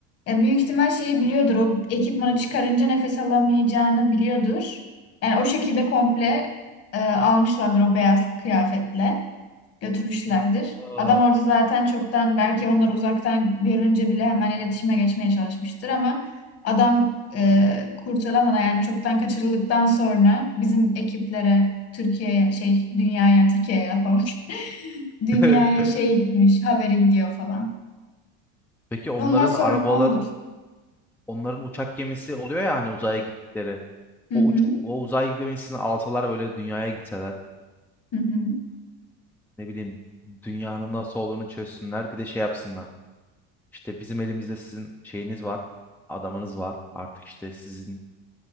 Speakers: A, on the left; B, in the centre.
A: e, büyük ihtimal şeyi biliyordur. O ekipmanı çıkarınca nefes alamayacağını biliyordur. Yani o şekilde komple e, almışlardır o beyaz kıyafetle. götürmüşlerdir.
B: Aa,
A: Adam orada zaten çoktan belki onları uzaktan görünce bile hemen iletişime geçmeye çalışmıştır ama adam e, kurtulamadan yani çoktan kaçırıldıktan sonra bizim ekiplere Türkiye'ye şey dünyaya Türkiye'ye falan <laughs> dünyaya
B: <laughs>
A: şeye gitmiş haberi gidiyor falan.
B: Peki onların
A: Ondan sonra
B: arabalar,
A: ne olur?
B: onların uçak gemisi oluyor ya hani uzaya gittikleri.
A: Hı
B: O,
A: hı.
B: uç, o uzay gemisini alsalar böyle dünyaya gitseler.
A: Hı hı.
B: Ne bileyim dünyanın nasıl olduğunu çözsünler. Bir de şey yapsınlar. İşte bizim elimizde sizin şeyiniz var. Adamınız var. Artık işte sizin